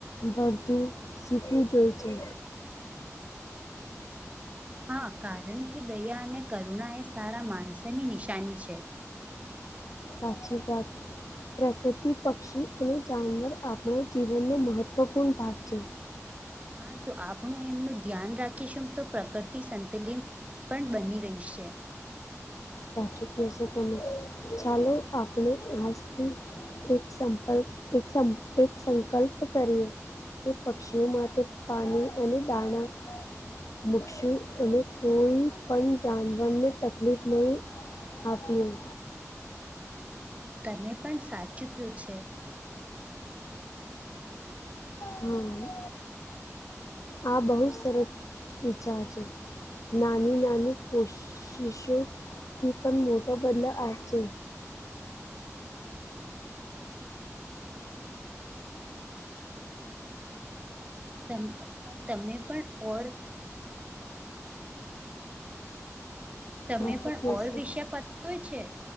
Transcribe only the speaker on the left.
બર્ધું શીખવું જોઈ છે.
સાચી વાત પ્રકૃતિ પક્ષી અને જાનવર આપણો જીવનનો મહત્ત્વપૂર્ણ ભાગ છે.
સાચું કેસો તો જાનુ આપડે આજથી એક સંપલક એક સંપ એક સંકલ્પ કરીએ. એ પક્ષીઓ માટે પાણી અને દાણા. મૂકશું અને કોઈ પણ જાનવરને તકલીફ નહીં આપીયે.
હમ. આ બહુ સરસ વિચાર છે. નાની નાની કોશ-શી-શોથી પણ મોટો બદલા આવે છે.
સાચું
કહો
છો